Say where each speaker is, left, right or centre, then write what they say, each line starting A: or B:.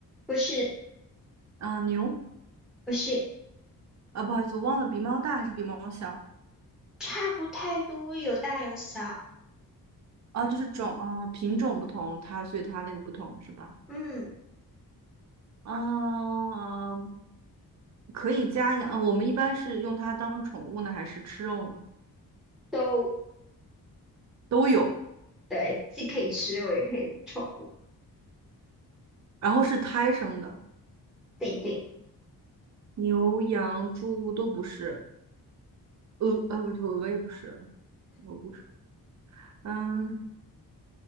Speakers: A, in the centre; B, on the right (about 50°).
A: 不是，
B: 啊，牛
A: 不是，
B: 啊，不好意思，我忘了比猫大还是比猫小
A: 差不太多，有大有小，
B: 啊？就是种啊，品种不同，它所以它那个不同是吧？
A: 嗯，
B: 啊，可以家养，呃我们一般是用它当宠物呢，还是吃肉呢？
A: 都。
B: 都有，
A: 对，既可以吃肉，也可以宠物。
B: 然后是胎生的，
A: 对对，
B: 牛、羊、猪都不是。呃，呃不不鹅也不是，我不是，嗯，